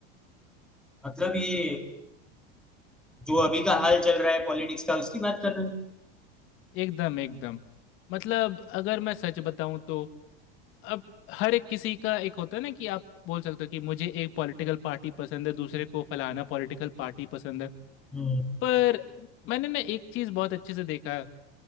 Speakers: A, in the centre; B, on the left (about 40°).
A: मतलब ये जो अभी का हाल चल रहा है पॉलिटिक्स का उसकी बात कर रहे हो
B: एकदम एकदम मतलब अगर मैं सच बताऊँ तो अब हर एक किसी का एक होता है ना कि आप बोल सकते हो कि मुझे एक पॉलिटिकल पार्टी पसंद है दूसरे को फलाना पॉलिटिकल पार्टी पसंद है
A: हम्म,
B: पर मैंने ना एक चीज़ बहुत अच्छे से देखा